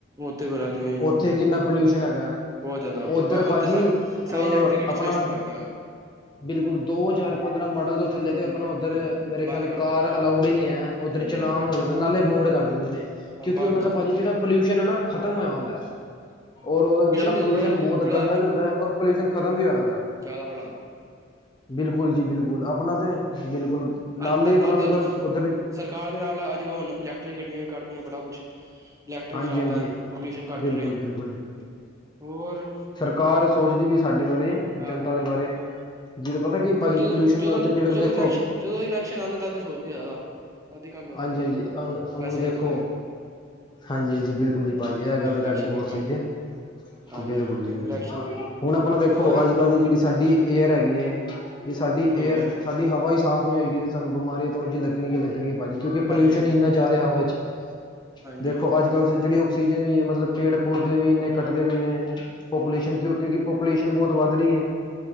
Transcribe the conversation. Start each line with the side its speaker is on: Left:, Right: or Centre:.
Right: ਉੱਥੇ ਬੜਾ ਜਿਵੇਂ
Left: ਉੱਥੇ ਕਿੰਨਾ ਪੋਲਿਊਸ਼ਨ ਹੈਗਾ।
Right: ਬਹੁਤ ਜ਼ਿਆਦਾ ਉੱਥੇ
Left: ਉਧਰ ਭਾਜੀ
Right: ਉੱਥੇ ਸਾਰੀ
Left: ਅ
Right: ਇਲੈਕਟ੍ਰਿਕ ਗੱਡੀ
Left: ਆਪਣਾ
Right: ਚਲਾਣੀ ਸ਼ੁਰੂ ਕਰਤੀ ਹੁਣ
Left: ਬਿਲਕੁਲ ਦੋ ਹਜ਼ਾਰ ਪੰਦਰਾਂ ਮਾਡਲ ਤੋਂ ਥੱਲੇ ਤੇ ਆਪਣਾ
Right: ਸਾਰੇ
Left: ਉੱਧਰ ਮੇਰੇ ਖ਼ਿਆਲ
Right: ਬੰਦ ਕਰ
Left: ਕਾਰ ਅਲਾਊਡ ਹੀ ਨੀ ਹੈ। ਉੱਧਰ
Right: ਹਾਂਜੀ
Left: ਚਲਾਨ
Right: ਹਾਂਜੀ
Left: ਹੋ ਜਾਂਦਾ ਨਾਲੇ ਮੋਡ ਕਰ ਦਿੰਦੇ ਨੇ ਕਿਉਂਕਿ
Right: ਬਾ
Left: ਉਨ੍ਹਾਂ
Right: ਖਤ
Left: ਦਾ ਭਾਜੀ ਜਿਹੜਾ ਪੋਲਿਊਸ਼ਨ ਹੈ ਨਾ ਖ਼ਤਮ ਹੋਇਆ ਹੁੰਦਾ ਔਰ ਉਹਦੇ ਚ ਜਿਹੜਾ
Right: ਦੇ
Left: ਪੋਲਿਊਸ਼ਨ
Right: ਬੜਾ
Left: ਬਹੁਤ
Right: ਬੜਾ
Left: ਗੰਦਾ ਵੀ ਹੁੰਦਾ ਔਰ ਪੋਲਿਊਸ਼ਨ ਖ਼ਤਮ ਵੀ ਹੋਇਆ ਹੁੰਦਾ।
Right: ਜਾਦਾ <unintelligible>
Left: ਬਿਲਕੁਲ ਜੀ ਬਿਲਕੁਲ ਆਪਣਾ ਤੇ ਬਿਲਕੁਲ ਨਾਲੇ
Right: ਅੱਜ ਤ
Left: ਆਪਣਾ
Right: ਤਦ
Left: ਮਤਲਬ
Right: ਉੱਥੇ
Left: ਉੱਧਰ
Right: ਸਰਕਾਰ ਨੇ ਨਾਲ ਅੱਜ ਹੁਣ ਇਲੈਕਟ੍ਰਿਕ ਗੱਡੀਆਂ ਵੀ ਕੱਢ ਤੀਆਂ ਬੜਾ ਕੁੱਛ ਇਲੈਕਟ੍ਰਿਕ
Left: ਹਾਂਜੀ
Right: ਚ ' <unintelligible>
Left: ਹਾਂਜੀ
Right: ' ਪੋਲਿਊਸ਼ਨ ਘੱਟ
Left: ਬਿਲਕੁਲ
Right: ਰਹੇ
Left: ਬਿਲਕੁਲ
Right: ਹੋਰ
Left: ਕਾਰ ਸੋਚਦੀ ਵੀ ਸਾਡੇ ਬਾਰੇ,
Right: ਹਾਂ
Left: ਜਨਤਾ ਦੇ ਬਾਰੇ। ਜੀ ਪਤਾ ਕੀ ਭਾਜੀ
Right: ਜਦੋਂ
Left: ਪੋਲਿਊਸ਼ਨ
Right: ਜਦੋਂ
Left: ਨਾਲ ਤੇ ਜਿਹੜਾ
Right: ਜਦੋਂ
Left: ਦੇਖੋ
Right: ਇਲੈਕਸ਼ਨ ਜਦੋਂ ਇਲੈਕਸ਼ਨ ਆਉਂਦਾ ਤਦ ਹੀ ਸੋਚਦੀ ਜ਼ਿਆਦਾ ਤਦ ਹੀ ਕੰਮ ਜ਼ਿਆਦਾ
Left: ਹਾਂਜੀ-ਹਾਂਜੀ
Right: ਹੁੰਦਾ
Left: ਅ ਹੁਣ
Right: ਵੈਸੇ
Left: ਦੇਖੋ
Right: ਨਹੀਂ ਹੁੰਦਾ
Left: ਹਾਂਜੀ-ਹਾਂਜੀ ਬਿਲਕੁਲ ਜੀ ਭਾਜੀ ਐ ਗੱਲ
Right: ਇਲੈਕਸ਼ਨ
Left: ਤਾਂ ਤਾਡੀ ਬਹੁਤ
Right: ਦੇ ਕੋਲ
Left: ਸਹੀ ਏ।
Right: ਹਾਂਜੀ
Left: ਬਿਲਕੁਲ ਜੀ ਬਿਲਕੁਲ
Right: ਇਲੈਕਸ਼ਨ
Left: ਹੁਣ ਆਪਣਾ ਦੇਖੋ
Right: ਹੋਰ
Left: ਅੱਜ ਕੱਲ ਦੀ ਜਿਹੜੀ ਸਾਡੀ ਏਅਰ ਹੈਗੀ ਏ, ਜੇ ਸਾਡੀ
Right: ਹਾਂਜੀ
Left: ਏਅਰ ਸਾਡੀ ਹਵਾ ਹੀ ਸਾਫ਼ ਨਹੀਂ ਹੋਏਗੀ ਤੇ ਸਾਨੂੰ ਬਿਮਾਰੀਆਂ ਤੋਂ ਉਂਝ ਲੱਗਣੀਆਂ-ਲੱਗਣੀਆ ਭਾਜੀ ਕਿਉਂਕ ਪੋਲਿਊਸ਼ਨ
Right: ਹਾਂਜੀ
Left: ਇੰਨਾ ਜਾ ਰਿਹਾ ਹਵਾ ਚ।
Right: ਹਾਂਜੀ
Left: ਦੇਖੋ ਅੱਜ ਕੱਲ ਜੇ ਜਿਹੜੀ ਆਕਸੀਜ਼ਨ ਵੀ ਹੈ ਮਤਲਬ ਪੇਂਡ ਪੌਂਦੇ ਵੀ ਇੰਨੇ ਕੱਟਦੇ ਪਏ ਨੇ ਹਾਂਜੀ ਪੌਪੁਲੇਸ਼ਨ ਕਿਉ ਕਿਉਂਕਿ ਪੌਪੂਲੇਸ਼ਨ ਬਹੁਤ ਵੱਧ ਰਹੀ ਏ।